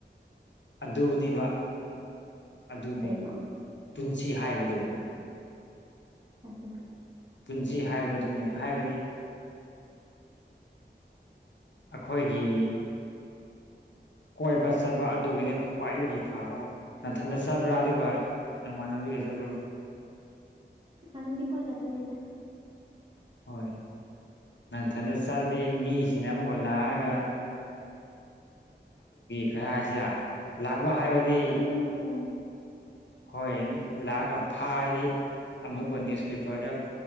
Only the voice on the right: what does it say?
ꯀꯩꯅꯣ
ꯑꯗꯨꯅꯦ
ꯃꯥꯅꯕꯤ ꯀꯣꯏ ꯀꯇꯥ ꯂꯩꯗ
ꯒꯤ ꯄꯥꯁꯅ
ꯊꯥꯖꯅꯤꯡꯉꯦ